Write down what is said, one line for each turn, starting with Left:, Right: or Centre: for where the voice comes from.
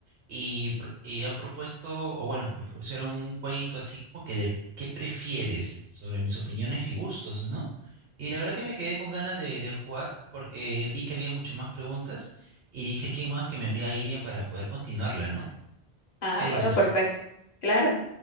Right: y, pro- y han propuesto, o bueno, me propusieron un jueguito así como que de qué prefieres sobre mis opiniones y gustos, ¿no? Y la verdad que me quedé con ganas de, de jugar porque vi que había mucho más preguntas y dije, ¿quién más que mi amiga Irian para poder continuarla, ¿no?
Left: Ah,
Right: ¿Qué dices?
Left: bueno, perfecto, claro.